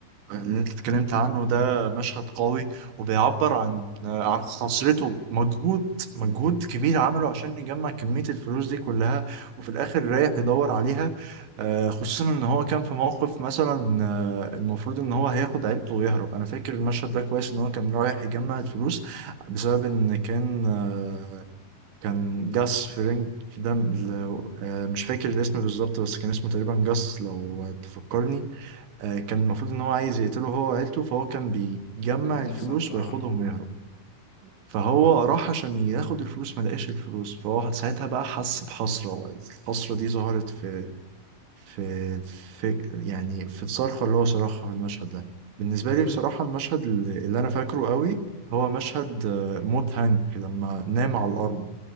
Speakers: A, on the right (about 75°); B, on the left (about 70°).
A: اللي انت اتكلمت عنه ده مشهد قوي وبيعبر عن عن خسارته مجهود مجهود كبير عمله عشان يجمع كمية الفلوس دي كلها وفي الآخر رايح يدور عليها آه، خصوصا إن هو كان في موقف مثلا آه، المفروض إن هو هياخد عيلته ويهرب أنا فاكر المشهد ده كويس إن هو كان رايح يجمع الفلوس بسبب إن كان آه، كان جاس فرينج ده لو- آه، مش فاكر الاسم بالظبط بس كان اسمه تقريبا جاس لو تفكرني آه، كان المفروض ان هو عايز يقتله هو وعيلته فهو كان بيجمع
B: بالظبط
A: الفلوس
B: اه
A: وياخدهم ويهرب فهو راح عشان ياخد الفلوس ما لقاش الفلوس فهو ساعتها بقى حس بحسرة الحسرة دي ظهرت في في في يعني في الصرخة اللي هو صرخها في المشهد ده بالنسبة لي
B: طب
A: بصراحة
B: انت
A: المشهد اللي اللي أنا فاكره قوي هو مشهد آه، موت هانك لما نام على الأرض